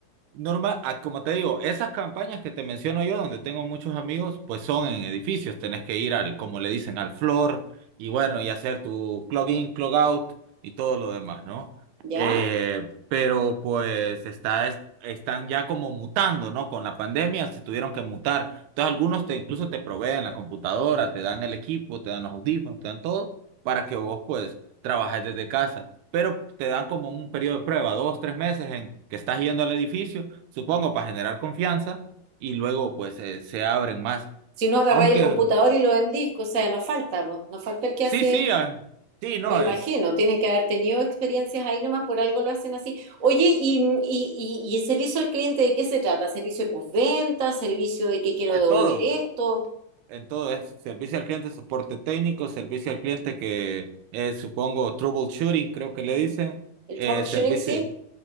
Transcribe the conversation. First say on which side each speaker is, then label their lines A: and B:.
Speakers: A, on the right; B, on the right.
A: Normal, ah, como te digo, esas campañas que te menciono yo, donde tengo muchos amigos, pues son en edificios. Tenés que ir al, como le dicen, al floor y bueno, y hacer tu clog in, clog out y todo lo demás, ¿no?
B: ¿Ya?
A: Eh, pero pues está, es- están ya como mutando, ¿no? Con la pandemia se tuvieron que mutar. Entonces algunos te incluso te proveen la computadora, te dan el equipo, te dan los audífonos, te dan todo para que vos pues trabajes desde casa pero te dan como un periodo de prueba, dos, tres meses en que estás yendo al edificio, supongo, para generar confianza y luego pues eh, se abren más.
B: Si no, agarráis
A: Aunque
B: el computador y lo vendís, o sea, no falta, po. No falta el que
A: sí,
B: hace...
A: sí, ah, sí, no,
B: Me imagino,
A: es,
B: tienen que haber tenido experiencias ahí nomás, por algo lo hacen así. Oye, ¿y, y, y, y el servicio al cliente de qué se trata? ¿Servicio de postventa? ¿Servicio de que quiero
A: eh,
B: devolver
A: todo,
B: esto?
A: en todo es servicio al cliente, soporte técnico, servicio al cliente que eh, supongo troubleshooting, creo que le dicen,
B: ¿El
A: eh,
B: troubleshooting,
A: servicio,
B: sí?